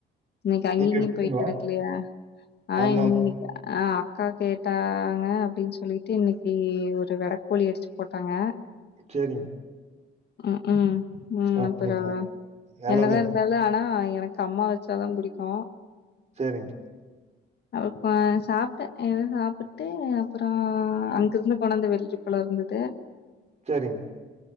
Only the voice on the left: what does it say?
இன்னிக்கு அங்கியிங்கியும்
போய்ட்டு எடுக்கலயா ஆஹ்
இன்னிக்கு <unintelligible> கேட்டாங்க அப்டின்னு சொல்லி இன்னிக்கி ஒரு வெடக்கோழி அடிச்சு போட்டாங்க
உம் உம் உம்
<unintelligible>
என்னதா இருந்தாலும் ஆனா எனக்கு அம்மா வெச்சாதா புடிக்கும்
அ சாப்ட ஏதோ சாபிட்டு அப்பறோ ஆஹ் அங்க இருந்து கொன்டத்த <unintelligible> இருந்தது